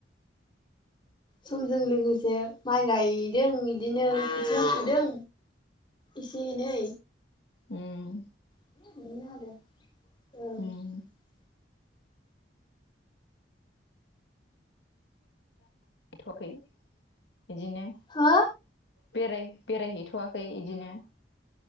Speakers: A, on the left; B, on the left.
A: समजों लोगोसे माइ गायदों बिदिनो खोथिया फुदों एसे एनै
B: ओम
A: न'नि औ
B: उम गायथ'याखै बिदिनो
A: हो
B: बेराय बेरायहैथ'वाखै बिदिनो